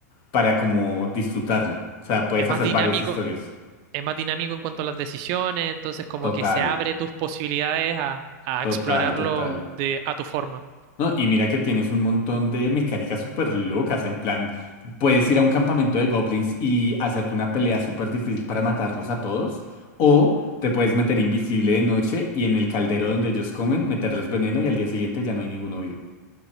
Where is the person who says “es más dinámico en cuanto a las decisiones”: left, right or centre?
Right